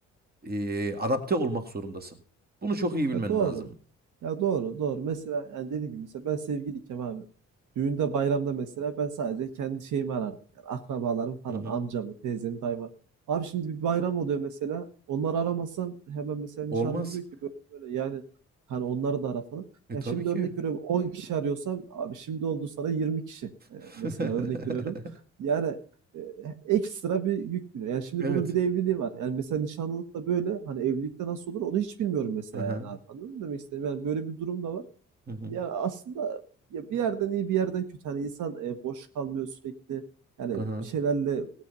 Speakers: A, on the right; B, on the right.
A: e, adapte olmak zorundasın. Bunu çok iyi bilmen
B: Ya doğru.
A: lazım.
B: Ya doğru, doğru. Mesela yani dediğim gibi mesela ben sevgiliyken abi düğünde bayramda mesela ben sadece kendi şeyimi ararım. Yani akrabalarım falan
A: Hı hı.
B: amcamı, teyzemi, dayımı. Abi şimdi bir bayram oluyor mesela. Onları aramazsam hemen mesela nişanlım
A: Olmaz.
B: diyor ki böyle, böyle yani hani onları da ara falan.
A: E
B: Ya
A: tabii
B: şimdi
A: ki.
B: örnek veriyorum 10 kişi arıyorsam abi şimdi oldu sana 20 kişi. Ee,
A: <laughs>
B: mesela örnek veriyorum. Yani e, ekstra bir yük biniyor. Yani şimdi
A: Evet.
B: bunun bir de evliliği var. Yani mesela nişanlılıkta böyle, hani evlilikte nasıl olur onu hiç bilmiyorum mesela
A: Aha,
B: yani abi. Anladın mı demek istediğim Yani böyle bir durum da var.
A: Hı hı.
B: yani aslında ya bir yerden iyi bir yerden kötü. Hani insan eee, boş kalmıyor sürekli. Yani
A: Aha,
B: bir şeylerle